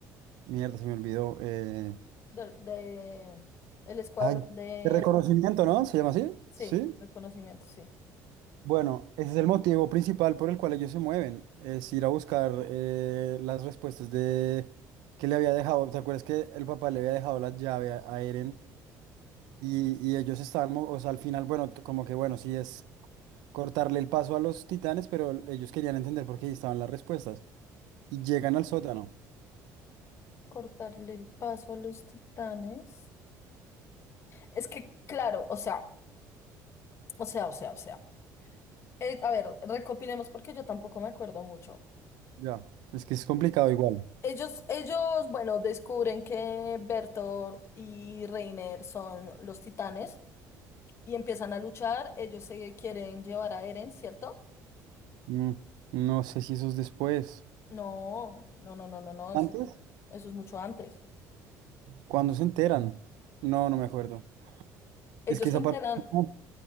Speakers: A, on the right (about 80°); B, on the left (about 40°).
A: mm, mierda, se me olvidó. eh,
B: de, de- el escuadrón
A: ay,
B: de,
A: de reconocimiento, ¿no? ¿Se llama así?
B: sí,
A: Sí.
B: reconocimiento, sí.
A: Bueno, ese es el motivo principal por el cual ellos se mueven, es ir a buscar eh, las respuestas de que le había dejado. ¿Te acuerdas que el papá le había dejado la llave a, a Eren y, y ellos estaban, mo- o sea, al final, bueno, t- como que bueno, si es cortarle el paso a los titanes, pero ellos querían entender por qué ahí estaban las respuestas. Y llegan al sótano.
B: Cortarle el paso a los titanes. Es que, claro, o sea, o sea, o sea, o sea. Eh, a ver, recopilemos porque yo tampoco me acuerdo mucho.
A: Ya. Es que es complicado igual.
B: Ellos, ellos, bueno, descubren que Bertolt y Reiner son los titanes y empiezan a luchar. Ellos se quieren llevar a Eren, ¿cierto?
A: Mm, no sé si eso es después.
B: No, no, no, no, no, no. Eso,
A: ¿Antes?
B: eso es mucho antes.
A: cuando se enteran? No, no me acuerdo.
B: Ellos
A: Es que
B: se
A: esa
B: enteran,
A: parte... no,